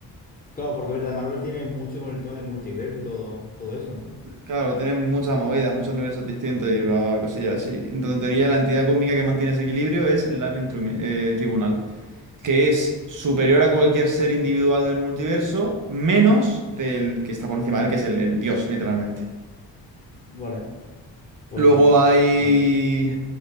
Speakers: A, on the left (about 20°); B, on the right (about 50°).
A: Claro, porque verdad, Marvel tiene mucho con el tema de multiverso y todo, todo eso, ¿no?
B: Claro, tiene mucha movida, muchos universos distintos y va cosillas así. Entonces, en teoría, la entidad cósmica que mantiene ese equilibrio es el Living Trim- eh, Tribunal,
A: Mm,
B: que es superior a cualquier ser individual del multiverso, menos del que está por encima de él, que es el, el dios, literalmente.
A: Vale, pues
B: Luego
A: in-
B: hay
A: interesante.